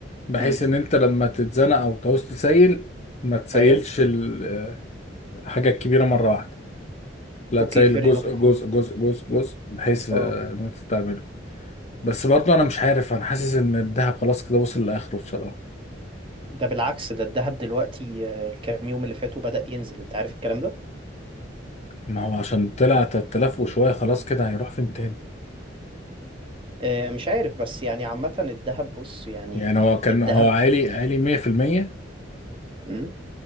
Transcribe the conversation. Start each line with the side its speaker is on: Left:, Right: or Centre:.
Left: بحيث
Right: امم
Left: ان انت لما تتزنق او تعوز تسيل ما تسيلش
Right: ايوه
Left: ال- آه، الحاجة الكبيرة مرة واحدة لا
Right: اوكي
Left: تسيل
Right: فير
Left: جزء
Right: انف
Left: جزء جزء جزء جزء بحيث آه،
Right: اه
Left: ان انت تعمله بس برضه انا مش عارف انا حاسس ان الذهب خلاص كده وصل لاخره بصراحه
Right: ده بالعكس ده الذهب دلوقتي آه، الكام يوم اللي فاتوا بدأ ينزل انت عارف الكلام ده؟
Left: ما هو عشان طلع 3000 وشويه خلاص كده هيروح فين تاني
Right: آه، مش عارف بس يعني عامة الذهب بص يعني
Left: يعني هو كان
Right: الذهب
Left: هو عالي عالي 100%
Right: امم